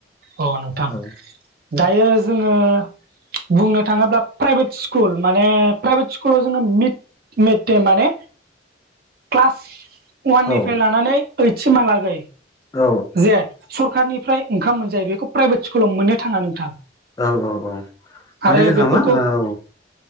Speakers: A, on the right; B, on the left.
A: अ नोंथां
B: औ
A: दायो जोङो बुंनो थाङोब्ला प्राइभेट स्कुल माने प्राइभेट स्कुलाव जोङो मिड मे माने क्लास वाननिफ्राय
B: औ
A: लानानै ओइटसिमहालागै
B: औ
A: जे सरखारनिफ्राय ओंखाम मोनजायो बेखौ प्राइभेट स्कुलाव मोननो थाङा नोंथां।
B: औ औ औ माने
A: आरो
B: जोंहा
A: बेफोरखौ
B: मा औ